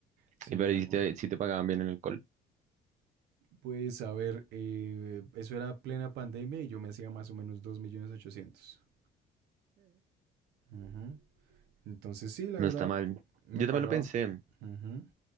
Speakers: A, on the right; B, on the right.
A: Sí,
B: Y pero
A: no.
B: y si te, si te pagaban bien en el call,
A: Pues a ver, eh, eso era plena pandemia y yo me hacía más o menos 2.800.000. Ujú. Entonces sí, la
B: no
A: verdad,
B: está mal.
A: me
B: Yo
A: pagaba.
B: también lo pensé.
A: Ujú,